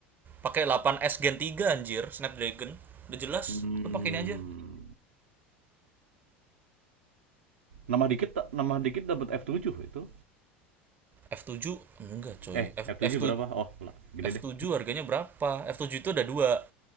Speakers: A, on the right (about 30°); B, on the right (about 85°).
A: Pakai 8S Gen 3 anjir, Snapdragon. Udah jelas,
B: Hmm.
A: lu pakai ini aja.
B: Nambah dikit tak- nambah dikit dapat f tujuh itu.
A: F7 enggak coy.
B: Eh,
A: F,
B: f tujuh
A: F7
B: berapa? Oh, lah, gede
A: F7
B: deh.
A: harganya berapa? F7 itu ada dua.